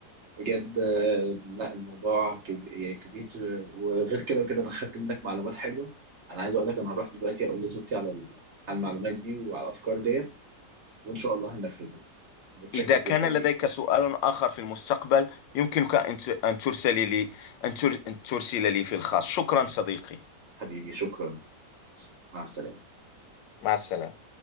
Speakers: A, on the right; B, on the left.
A: بجد آه، لا الموضوع كب- يعني كبير وغير كده وكده انا خدت منك معلومات حلوه انا عايز اقول لك انا هروح دلوقتي اقول لزوجتي على ال- على المعلومات دي وعلى الافكار ديت وان شاء الله هننفذها متشكر
B: إذا كان
A: جدا ليك
B: لديك سؤال آخر في المستقبل يمكنك أن ت- أن ترسل لي أن تر- أن ترسل لي في الخاص شكرا صديقي
A: حبيبي شكرا مع السلامه
B: مع السلامة